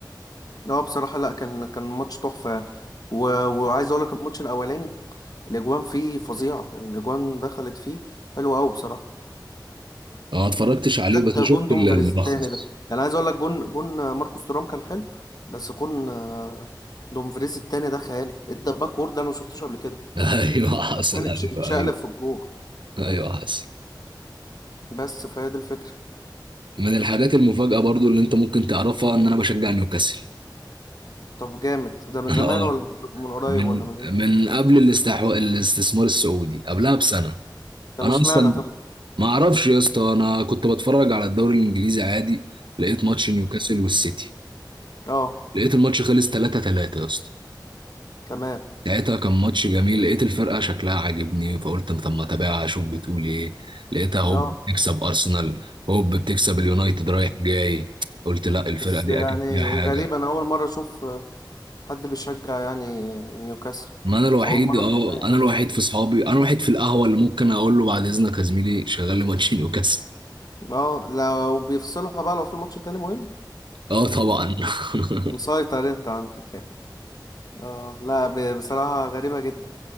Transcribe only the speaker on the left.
لا بصراحة لا كان كان ماتش تحفة يعني و... وعايز اقول لك الماتش الاولاني الاجوان فيه فظيعة يعني الاجوان دخلت فيه حلوة قوي بصراحة
لا
ده
جون دومفريز
التاني ده يعني عايز اقول لك جون جون ماركوس تورام كان حلو بس جون آه، دومفريز التاني ده خيالي ادى باك وورد انا ما شفتوش قبل كده
عشان
اتش- اتشقلب
في الجون
بس فهي دي الفكرة
طب جامد
ده من
زمان
ولا من من قريب
ولا من امتى
طب
اشمعنى
طيب
اه
تمام
اه
بس
يعني
غريب انا اول مره اشوف حد بيشجع يعني نيوكاسل
اول مره
حرفيا
اه لو بيفصلها بقى لو في ماتش تاني مهم
مسيطر
انت عندك يعني. اه لا ب- بصراحه غريبه جدا